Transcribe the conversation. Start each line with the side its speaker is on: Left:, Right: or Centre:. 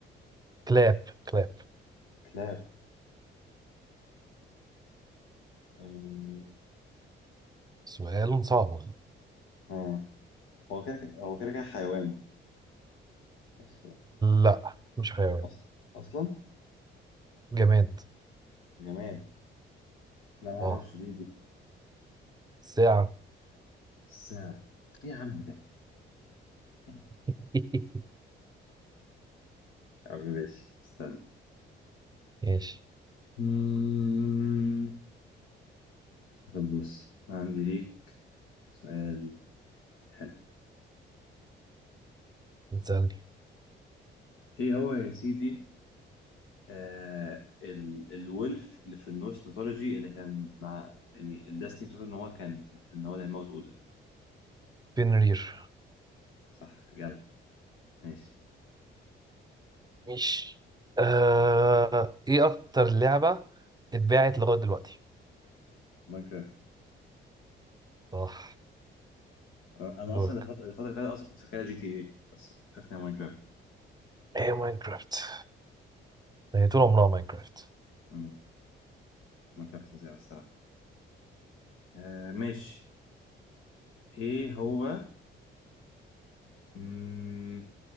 Right: clap clap
Left: كلاب أم،
Right: سؤال صعب
Left: اه هو كده كده- هو كده كده حيوان بس
Right: لا مش حيوان
Left: أص... اصلا
Right: جماد
Left: جماد لا ما اعرفش
Right: اه
Left: دي دي
Right: ساعة
Left: الساعة ايه يا عم ده يا عم
Right: <laughs>
Left: يا عم ماشي استنى
Right: ماشي
Left: مم. طب بص عندي ليك سؤال حلو
Right: بتسألني
Left: ايه هو يا سيدي آه ال الولف اللي في النورس ميثولوجي اللي كان مع يعني الديستني بتاعته ان هو كان ان هو اللي هيموت اودن
Right: بنرير
Left: صح جدع ماشي
Right: مش آه... ايه اكتر لعبة اتباعت لغاية دلوقتي
Left: ماينكرافت
Right: صح
Left: انا أنا
Right: دورك
Left: اصلا الفت- الفتره اللي فاتت اصلا كنت فاكرها جي تي اي بس شفت إنها ماينكرافت
Right: ايه ماينكرافت هي طول عمرها ماينكرافت
Left: مم، ماينكرافت فظيعه الصراحه آه ماشي ايه هو مم،